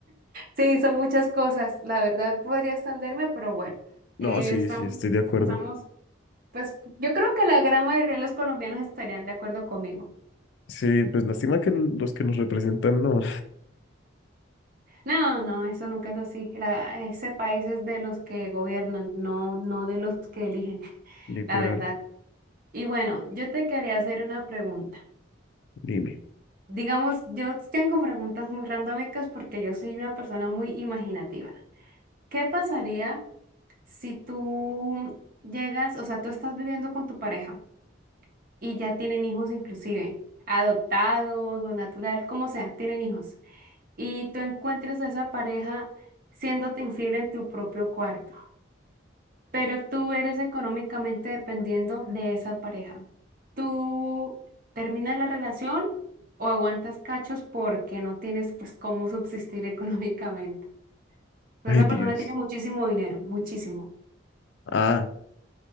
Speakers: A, on the right; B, on the left.
A: Sí, son muchas cosas. La verdad podría extenderme, pero bueno,
B: No,
A: eh,
B: sí,
A: estamos,
B: sí, estoy de acuerdo.
A: estamos, pues yo creo que la gran mayoría de los colombianos estarían de acuerdo conmigo.
B: Sí, pues lástima que los que nos representan no,
A: No, no, eso nunca es así. La- ese país es de los que gobiernan, no, no de los que eligen, <laughs>
B: <laughs> literal,
A: la verdad. Y bueno, yo te quería hacer una pregunta.
B: dime.
A: Digamos, yo tengo preguntas muy randómicas porque yo soy una persona muy imaginativa. ¿Qué pasaría si tú llegas, o sea, tú estás viviendo con tu pareja y ya tienen hijos inclusive, adoptados o natural, como sea, tienen hijos, y tú encuentres a esa pareja siéndote infiel en tu propio cuarto, pero tú eres económicamente dependiendo de esa pareja? ¿Tú terminas la relación o aguantas cachos porque no tienes pues cómo subsistir <laughs> económicamente? Esa
B: Ay, Dios.
A: persona tiene muchísimo dinero, muchísimo.
B: Ah,